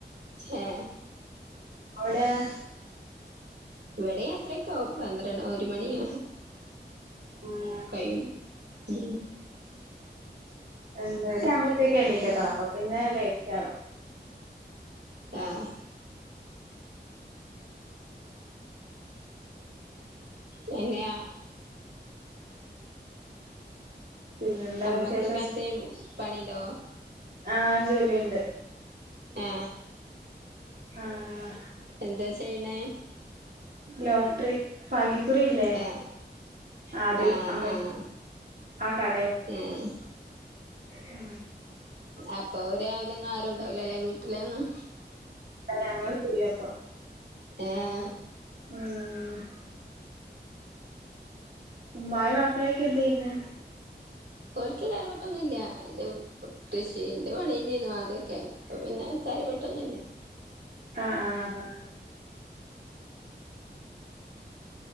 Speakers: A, on the right (about 75°); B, on the right (about 55°).
A: ഷെ
B: അവിടെയോ
A: ഇവിടേം അത്രെക്കവും പന്ത്ര <unintelligible> ഒരു മണിയ
B: ഉം
A: കയും ഉം
B: എ <unintelligible> ആമ്പത്തെ എണ്ണിക്കത്തോള്ള് അപ്പൊ പിന്നെ ലെറ്റവും
A: ആഹ് ന്നെയ
B: പിന്നെന്താ
A: അമ്മക്കൊക്കെ
B: വിശേഷം
A: എന്തെമു പണിണ്ടോ
B: ആഹ് ജോലിണ്ട്
A: ഏ
B: ആഹ്
A: എന്താച് ചെയ്ണെ
B: ലോട്റി ഫാഗി കുറിയില്ലേ
A: ആഹ്
B: അതിൽ
A: ആഹ്
B: അമ്മെ
A: ആഹ്
B: ആ കടെ
A: ഏഹ്
B: ആ
A: അപ്പൊ രാവിലൊന്നും ആരുംണ്ടാവുലലെ വീട്ടില്ന്നും
B: അ ഞങ്ങൾ സീയപ്പം
A: ഏഹ്
B: ഉംഹ് ഉമ്മായും വാപ്പായൊക്കെന്തേയ്യ്ന്ന്
A: ഓൽക്കെല്ലാരുപട്ടൊന്നുല്ല ഉത്തശിന്റെ പണിയെ ന്നീന്നു ആദ്യോക്കെ. ഇപ്പ പിന്നെ കാര്യപെട്ടൊന്നുല്ല
B: ആഹ് ആഹ് ആഹ്